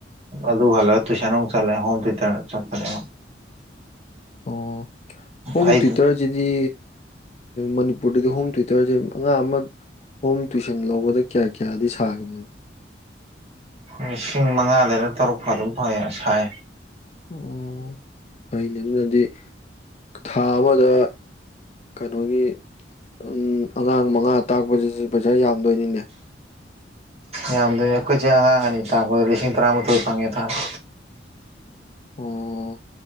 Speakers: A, on the right (about 35°); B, on the left (about 35°).
A: ꯑꯗꯨ ꯍꯜꯂꯒ ꯇꯨꯏꯁꯟ ꯑꯃꯨꯛ ꯆꯠꯂꯦ ꯍꯣꯝ ꯇꯌꯨ ꯇꯔ ꯆꯠꯈꯔꯦ
B: ꯑꯣ ꯍꯣꯝ
A: ꯑꯩ
B: ꯇꯌꯨ ꯇꯔꯁꯤꯗꯤ ꯃꯅꯤꯄꯨꯔꯗꯗꯤ ꯍꯣꯝ ꯇꯌꯨ ꯇꯌꯨ ꯇꯔꯁꯦ ꯑꯉꯥꯡ ꯑꯃ ꯍꯣꯝ ꯇꯨꯋꯏꯁꯟ ꯂꯧꯕꯗ ꯀꯌꯥ ꯀꯌꯥꯗꯤ ꯁꯥꯒꯦ ꯃꯣꯏꯅ
A: ꯂꯤꯁꯤꯡ ꯃꯉꯥꯗꯅ ꯇꯔꯨꯛ ꯐꯧ ꯑꯗꯨꯝ ꯐꯡꯉꯦ ꯁꯥꯏ
B: ꯑꯣ ꯐꯩꯅꯦ ꯑꯗꯨꯅꯗꯤ ꯊꯥ ꯑꯃꯗ ꯀꯩꯅꯣꯒꯤ ꯎꯝ ꯑꯉꯥꯡ ꯃꯉꯥ ꯇꯥꯛꯄꯁꯤꯁꯨ ꯄꯩꯁꯥ ꯌꯥꯝꯗꯣꯏꯅꯤꯅꯦ
A: ꯌꯥꯝꯗꯣꯏꯅꯤ ꯑꯩꯈꯣꯏ ꯆꯦ ꯑꯉꯥꯡ ꯑꯅꯤ ꯇꯥꯛꯄꯗꯣ ꯂꯤꯁꯤꯡ ꯇꯔꯥꯃꯥꯊꯣꯏ ꯐꯪꯉꯦ ꯊꯥꯗ
B: ꯑꯣ